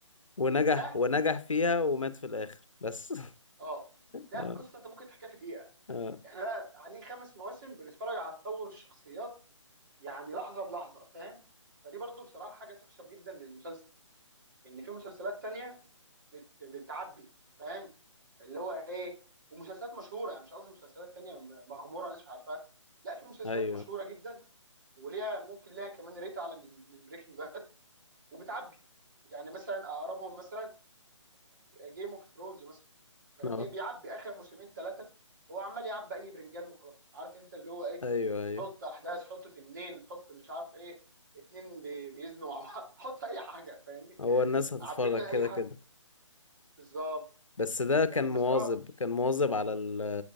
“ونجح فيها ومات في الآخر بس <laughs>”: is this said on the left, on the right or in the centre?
Left